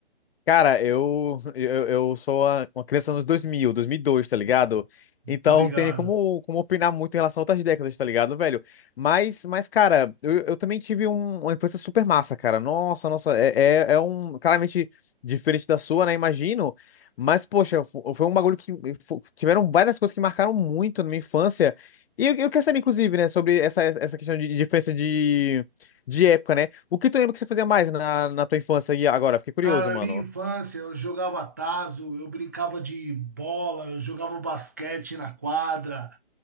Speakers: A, on the left; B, on the right.
A: Cara, eu, eu, eu sou a- uma criança dos anos dois mil, dois mil e dois, tá ligado? Então
B: Tô ligado.
A: não tem nem como, como opinar muito em relação a outras décadas, tá ligado, velho? Mas, mas cara, eu, eu também tive um- uma infância super massa, cara. Nossa, nossa, é, é, é um... Claramente diferente da sua, né? Imagino. Mas, poxa, fo- foi um bagulho que... fo- Tiveram várias coisas que marcaram muito na minha infância. E eu, eu quero saber, inclusive, né? Sobre essa, essa questão de de diferença de, de época, né? O que tu lembra que você fazia mais na, na tua infância e agora? Fiquei curioso,
B: Cara,
A: mano.
B: na minha infância, eu jogava tazo, eu brincava de bola, eu jogava basquete na quadra.